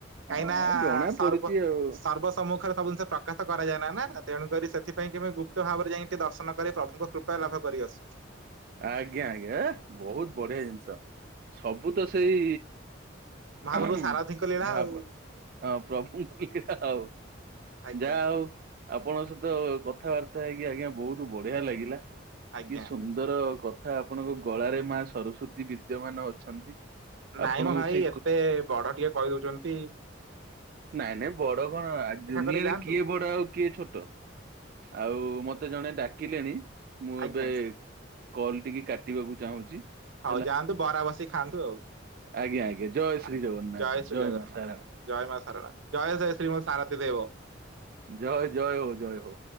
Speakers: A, on the right; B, on the right.
A: ହଁ
B: କାହିଁକି ନା
A: ଜଣା
B: ସର୍ବ
A: ପଡୁଛି ଆଉ
B: ସର୍ବ ସମ୍ମୁଖରେ ସବୁ ଜିନିଷ ପ୍ରକାଶ କରାଯାଏ ନାହିଁ ନା। ତେଣୁକରି ସେଥିପାଇଁ କି ମୁ ଗୁପ୍ତ ଭାବରେ ଯାଇକି ଦର୍ଶନ କରି ପ୍ରଭୁଙ୍କ କୃପା ଲାଭ କରି ଆସୁଛୁ।
A: ଆଜ୍ଞା ଆଜ୍ଞା ବହୁତ ବଢିଆ ଜିନିଷ ସବୁ ତ ସେଇ
B: ମହାପ୍ରଭୁ
A: ଅହଂ
B: ସାରଥିୀଙ୍କ ଲୀଳା
A: <unintelligible> ହଁ
B: ଆଉ
A: ପ୍ରଭୁଙ୍କ ଲୀଳା ଆଉ
B: ଆଜ୍ଞା
A: ଜା ହଉ। ଆପଣଙ୍କ ସହିତ କଥାବାର୍ତ୍ତା ହେଇକି ଆଜ୍ଞା ବହୁତ ବଢିଆ ଲାଗିଲା
B: ଆଜ୍ଞା।
A: କି ସୁ ର କଥା ଆପଣଙ୍କ ଗଳାରେ ମା ସରସ୍ଵତୀ ବିଦ୍ୟମାନ ଅଛନ୍ତି।
B: ନାଇଁ
A: ଆପଣଙ୍କୁ
B: ମୋ ଭାଇ
A: ସେ
B: ଏତେ ବଡ ଟିକେ କହି ଦଉଛନ୍ତି।
A: ନାଇଁ ନାଇଁ ବଡ କଣ ଦୁନିଆରେ
B: କରି ଯାଆନ୍ତୁ।
A: କିଏ ବଡ ଆଉ କିଏ ଛୋଟ? ଆଉ ମତେ ଜଣେ ଡାକିଲେଣି ମୁଁ
B: ଆଜ୍ଞା
A: ଏବେ କଲ ଟିକେ କାଟିବାକୁ ଚାହୁଁଛି।
B: ହଉ
A: ହେଲା
B: ଯାଆନ୍ତୁ ବରା ବସି ଖାଆନ୍ତୁ ଆଉ।
A: ଆଜ୍ଞା ଆଜ୍ଞା ଜୟ ଶ୍ରୀ
B: ଆଜ୍ଞା
A: ଜଗନ୍ନାଥ
B: ଜୟ ଶ୍ରୀ ଜଗନ୍ନାଥ
A: ମା ସାରଳା
B: ଜୟ ମା ସାରଳା ଜୟ ଜୟ ଶ୍ରୀ ମ ସରଥି ଦେ ଦେବ।
A: ଜୟ ଜୟ ହୋ ଜୟ ହୋ।